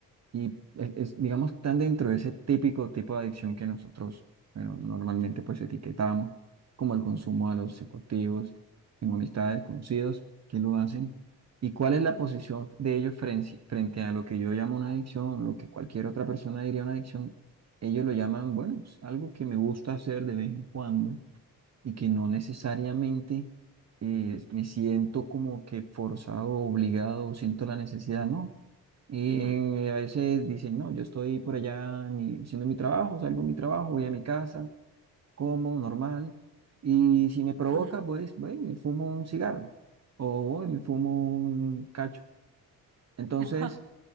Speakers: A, on the right; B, on the right.
A: y es, es, digamos, están dentro de ese típico tipo de adicción que nosotros, bueno, normalmente pues etiquetamos, como el consumo a los psicoactivos. Tengo amistades, conocidos que lo hacen. ¿Y cuál es la posición de ellos frente, frente a lo que yo llamo una adicción, lo que cualquier otra persona diría una adicción? Ellos lo llaman, bueno, es algo que me gusta hacer de vez en cuando y que no necesariamente eh, me siento como que forzado, obligado, siento la necesidad, ¿no? Y
B: mm,
A: a veces dicen, no, yo estoy por allá en mi- haciendo mi trabajo, salgo de mi trabajo, voy a mi casa, como normal, y si me provoca,
B: ujú.
A: pues, voy y me fumo un cigarro o voy y me fumo un cacho. Entonces,
B: <laughs>